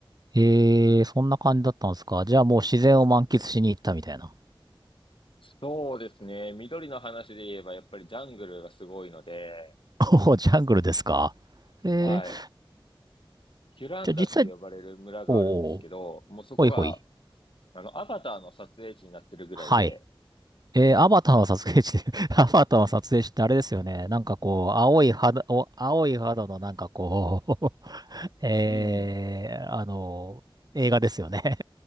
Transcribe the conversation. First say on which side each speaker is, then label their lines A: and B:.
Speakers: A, on the right; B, on the left.
A: ええ、そんな感じだったんですか。じゃあもう自然を満喫しに行ったみたいな。
B: そうですね。緑の話で言えば、やっぱりジャングルがすごいので、
A: <laughs> おお、ジャングルですか。ええ、
B: はい。キュランダって呼ばれる村があるんですけど、
A: じゃあ実際、おお、
B: もうそこが、
A: ほいほい。
B: あの、アバターの撮影地になってるぐらいで、
A: はい。えーアバターの撮影地で <laughs> アバターの撮影地ってあれですよね。なんかこう、青い肌、お青い肌のなんかこう <laughs> えーあの、
B: うん。
A: 映画ですよね